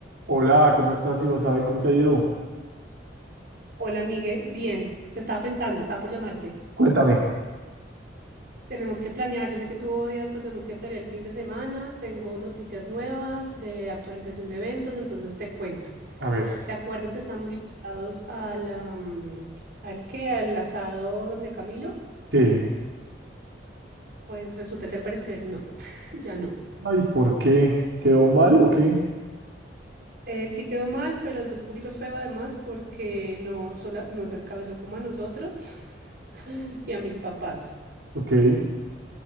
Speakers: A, on the right (about 80°); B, on the right (about 55°).
A: Hola, ¿cómo estás, Ibasabel? ¿Cómo te ha ido?
B: Hola, Migue. Bien, te estaba pensando, estaba por llamarte.
A: Cuéntame,
B: Tenemos que planear, yo sé que tú odias, pero tenemos que planear el fin de semana. Tengo noticias nuevas de actualización de eventos, entonces te cuento.
A: a ver.
B: ¿Te acuerdas que estábamos invitados al, am, al qué? Al asado donde Camilo?
A: Sí.
B: Pues resulta que al parecer no, <laughs> ya no.
A: Ay, ¿por qué? ¿Quedó mal o qué?
B: Eh, sí quedó mal, pero entonces un poquito feo además porque no sola, nos descabezó como a nosotros <laughs> y a mis papás.
A: Ok.